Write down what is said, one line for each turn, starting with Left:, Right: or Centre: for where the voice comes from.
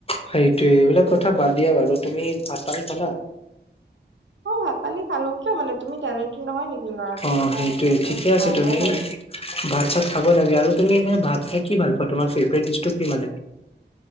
Left: সেইটোয়ে এইবিলাক কথা বাদ দিয়া বাৰু তুমি ভাত পানী খালা
Right: অ ভাত পানী খালো কিয় মানে তুমি টেলেণ্টেড নহয় নেকি ল'ৰাটো
Left: অ
Right: মানে
Left: সেইটোয়ে
Right: মোৰতো
Left: ঠিকে আছে
Right: ভালহে
Left: তুমি
Right: পাইছে
Left: ভাত চাত খাবই লাগে আৰু তুমি এ ভাত খাই কি ভাল পোৱা তোমাৰ ফেভৰেট ডিচটো কি মানে